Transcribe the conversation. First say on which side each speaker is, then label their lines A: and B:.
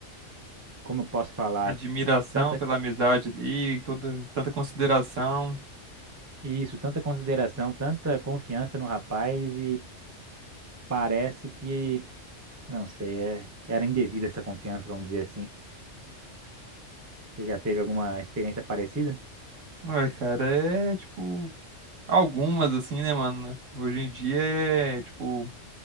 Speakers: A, on the right; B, on the right.
A: como eu posso falar,
B: Admiração
A: tanta
B: pela amizade ali, toda, tanta consideração.
A: isso, tanta consideração, tanta confiança no rapaz e parece que, não sei, é, era indevida essa confiança, vamos dizer assim. Você já teve alguma experiência parecida?
B: Ai, cara, é tipo. Algumas, assim, né, mano? Hoje em dia é, tipo,